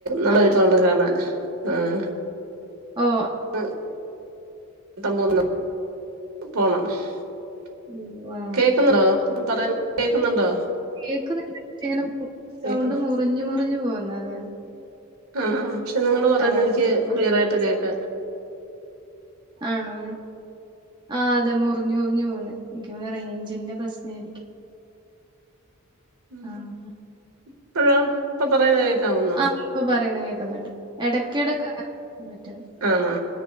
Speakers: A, on the right; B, on the right.
A: നല്ലതിപ്പ
B: ആണോ
A: കാണാ ആഹ
B: ആ
A: പട്ടം മൂന്ന് പോണം <unintelligible>
B: ഓ ആ
A: കേക്കുന്നുണ്ടോ ഞാൻ പറയൻ കേക്കുന്നുണ്ടോ
B: കേക്ക ഇങ്ങനൌണ്ട്
A: കേക്കുന്നു
B: മുറിഞ്ഞഞ് മുറിഞ്ഞു പോകുന്ന അതാണ്
A: ആണ പക്ഷെ നിങ്ങള് പറയാൻ
B: ആഹ്
A: എനിക്ക്
B: ചെലപ്പോ
A: ക്ലിയർ
B: റേ
A: ആായിട്ട് കേക്ക
B: ആണോ ആ അതെ മുറിഞ്ഞഞ് മുറിഞ്ഞു പോന്ന എനിക്ക്ന്നെ റേഞ്ചിന്റെ പ്രശ്ന ആയിരിക്കും
A: ഉ
B: ആഹ്
A: ഇപ്പോഴാ ഇപ്പൊ പറയുന്നത് കേൾക്കാവുന്നോ
B: ആഹ് ഇപ്പൊ പറയുന്ന കേക്കുന്നുണ്ട് ഇടക്കിടക്ക് അങ്ങനെ പറ്റുന്നു
A: ആണോ